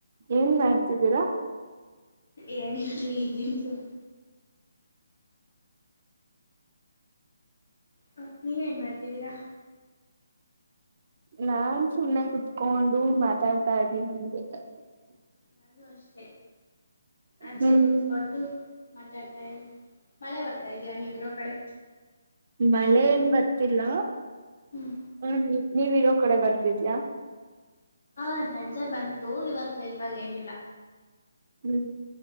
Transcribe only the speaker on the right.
ಏನ್ ಮಾಡ್ತಿದ್ದೀರಾ
ನಾನ್ ಸುಮ್ನೆ ಕುತ್ಕೊಂಡು ಮಾತಾಡ್ತಾ ಇದ್ದೀನಿ ನಿ <unintelligible>
ಹ್ಮ್
ಮಳೆ ಏನ್ ಬರ್ತಿಲ್ಲ
ಹ ನೀವ್ ಇರೋ ಕಡೆ ಬರ್ತಿದ್ಯಾ
ಹ್ಮ್